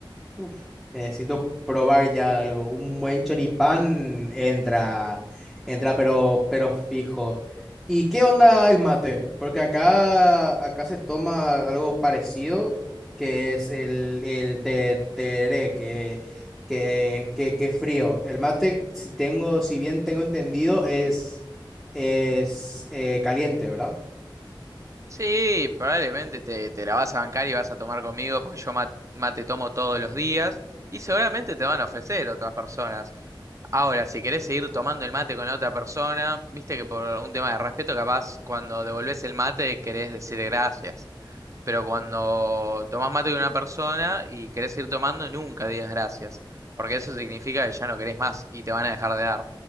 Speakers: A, in the centre; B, on the right (about 35°).
A: Uf, necesito probar ya algo. Un buen choripán entra, entra, pero, pero fijo. ¿Y qué onda el mate? Porque acá, acá se toma algo parecido, que es el, el te- tereré, que, que, que, que es frío. El mate, si tengo, si bien tengo entendido, es, es eh, caliente, ¿verdad?
B: Sí, probablemente te, te la vas a bancar y vas a tomar conmigo porque yo ma- mate tomo todos los días y seguramente te van a ofrecer otras personas. Ahora, si querés seguir tomando el mate con la otra persona, viste que por un tema de respeto, capaz cuando devolvés el mate querés decir gracias. Pero cuando tomás mate de una persona y querés ir tomando, nunca digas gracias, porque eso significa que ya no querés más y te van a dejar de dar.